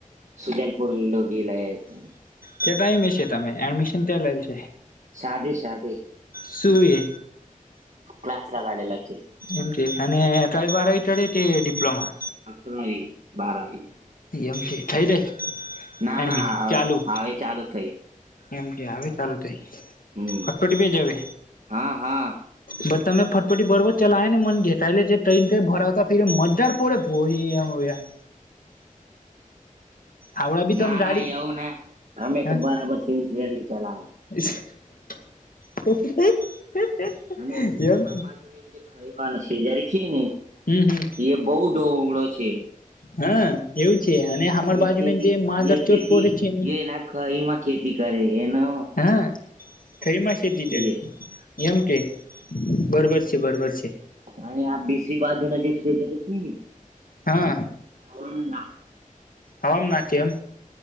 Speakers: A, on the right (about 60°); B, on the left (about 80°).
A: સુજાલપુર લોગીલાતો.
B: ત્યા ટાઈમે હશે તમે એડમિશન ત્યાં લેલ છે.
A: સાાધે શાધે
B: શું એ
A: ક્લાસ લ કાઢેલા છે.
B: એમ અને ત્ર બારડે તે ડિપ્લોમા.
A: અકરાાવી બારાવી.
B: એમ છે થઈ રઈ
A: ના
B: એ
A: ના
B: ચાલુ.
A: હવે ચાલુ થઈ
B: એમ કે આવે ચાલુ થાય
A: હમ
B: ફટફટી બે જ આવે.
A: હા હા
B: બટ તમે ફટપટી બરોબર ચલાય ને મને ઘેતા છે ટન ભરાવતા ફીરે મજદાર. પડે ભો હોયા. હાવડા બી
A: ના
B: તમ ગાડી
A: ના એવું ના અમે
B: હ
A: તો બરાબર સિન્સિયરલી ચલાવે.
B: <unintelligible>
A: અમાર
B: એમ
A: અમાર બાજુમાં જે ખાઈ વાળ છે જયારે છે ને.
B: હમ હમ
A: એ બહુ ઢોગળો છે.
B: હા એવું છે અને હર
A: એ
B: બાજુ
A: ખેતી
B: મ દ મા દર
A: એ ખેતી
B: ચોટ પડે છે.
A: એ એના ખરીમાં ખેતી કરે એને.
B: હા થઈમાં શેતી છે.
A: એ
B: એમ કે બરોબર છે બરોબર છે.
A: અને આ બેશી પાજ જે જ એ
B: હા
A: ખવાના.
B: હમ ના કેમ.